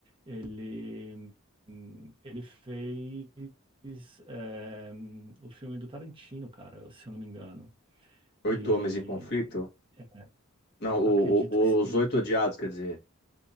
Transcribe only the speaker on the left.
Oito
Homens em Conflito?
Não, o-
o-
Os Oito Odiados, quer dizer.